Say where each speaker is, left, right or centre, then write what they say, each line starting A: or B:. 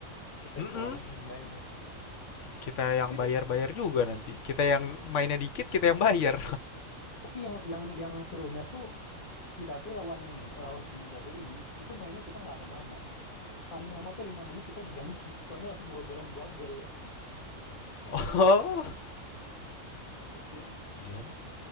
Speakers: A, on the left; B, on the left.
A: kita
B: Mm-mm.
A: yang kewalahan mainnya
B: Kita
A: tapi
B: yang bayar-bayar juga nanti. Kita yang mainnya dikit, kita yang bayar.
A: tapi yang yang yang serunya tuh kita tuh lawan yang men- lawan tim yang jago ini itu mainnya kita nggak akan lama paling lama tuh lima menit kita diganti soalnya langsung kebobolan dua gol
B: <laughs> oh.
A: gitu
B: Gimana?